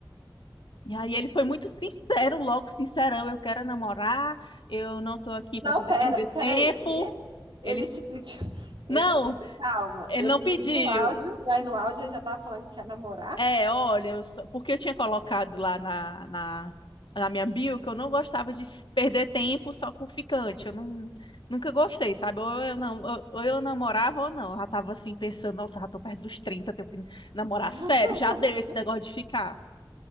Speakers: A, on the left; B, on the right.
A: E aí ele foi muito sincero, logo sincerão, eu quero namorar, eu não tô aqui
B: não,
A: para poder
B: pera,
A: perder
B: peraí,
A: tempo.
B: que ele
A: Ele,
B: te pediu, <laughs> ele
A: não,
B: te pediu calma,
A: ele
B: ele
A: não pediu.
B: pediu áudio, e aí no áudio ele já tava falando que quer namorar.
A: É, olha, eu só- porque eu tinha colocado lá na, na, na minha bio que eu não gostava de f- perder tempo só com ficante. Eu não, nunca gostei, sabe? Ou eu, não, ou, ou eu namorava ou não. Eu já tava assim pensando, nossa, já tô perto dos 30, tenho que namorar
B: <laughs>
A: sério, já deu esse negócio de ficar.